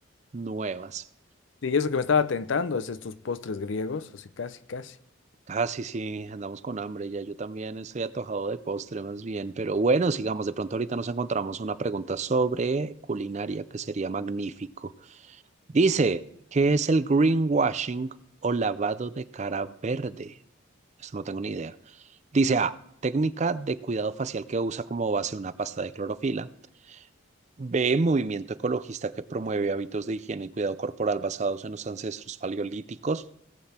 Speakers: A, on the right (about 35°); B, on the left (about 65°).
A: nuevas.
B: Sí, y eso que me estaba tentando es estos postres griegos, así casi, casi.
A: Ah, sí, sí, andamos con hambre ya. Yo también estoy atojado de postre más bien, pero bueno, sigamos. De pronto ahorita nos encontramos una pregunta sobre culinaria que sería magnífico. Dice, ¿qué es el greenwashing o lavado de cara verde? Esto no tengo ni idea. Dice A, técnica de cuidado facial que usa como base una pasta de clorofila. B, movimiento ecologista que promueve hábitos de higiene y cuidado corporal basados en los ancestros paleolíticos.